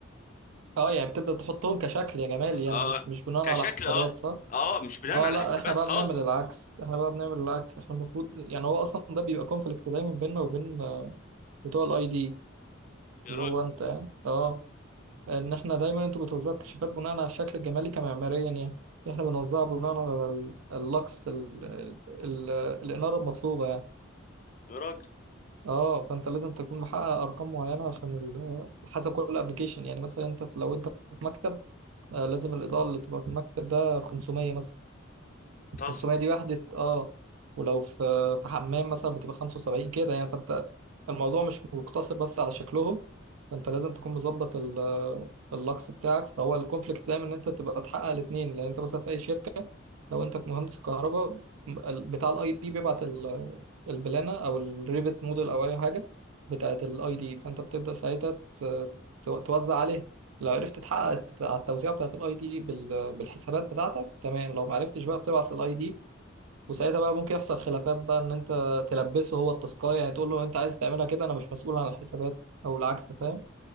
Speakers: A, on the right; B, on the left.
A: اه يعني بتبدا تحطهم كشكل يا جمال يعني
B: اه
A: مش مش بناء
B: كشكل
A: على حسابات
B: اه
A: صح
B: اه مش بناء
A: اه
B: على
A: لا
B: حسابات
A: احنا بقى
B: خالص
A: بنعمل العكس احنا بقى بنعمل العكس احنا المفروض يعني هو اصلا ده بيبقى كونفليكت دايما بيننا وبين آه، بتوع الاي دي
B: يا
A: اللي
B: راجل
A: هو انت يعني اه ان احنا دايما انتوا بتوزعوا الكشافات بناء على الشكل الجمالي كمعماريا يعني احنا بنوزعها بناء على ال- اللوكس ال ال الاناره المطلوبه يعني
B: يا راجل
A: اه فانت لازم تكون محقق ارقام معينه عشان ال- حسب كل ابلكيشن يعني مثلا انت لو انت في مكتب آه لازم الاضاءه اللي تبقى في المكتب ده 500 مثلا
B: بتهزر
A: 500 دي وحدة اه ولو في في حمام مثلا بتبقى 75 كده يعني فانت الموضوع مش مقتصر بس على شكلهم فانت لازم تكون مظبط ال- اللكس بتاعك فهو الكونفليكت دايما ان انت تبقى تحقق الاثنين لان انت مثلا في اي شركة لو انت مهندس كهرباء ال- بتاع الاي دي بيبعت ال- البلانة او الريفت موديل او اي حاجة بتاعت الاي دي فانت بتبدأ ساعتها ت- تو- توزع عليها لو عرفت تحقق على التوزيع بتاعت الاي دي بال- بالحسابات بتاعتك تمام لو ما عرفتش بقى بتبعت الاي دي وساعتها بقى ممكن يحصل خلافات بقى ان انت تلبسه هو التاسكايه يعني تقول له انت عايز تعملها كده انا مش مسؤول عن الحسابات او العكس فاهم